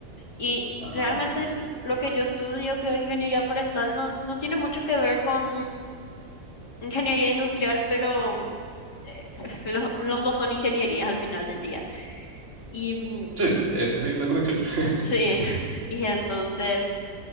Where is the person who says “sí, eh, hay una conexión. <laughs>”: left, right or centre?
Right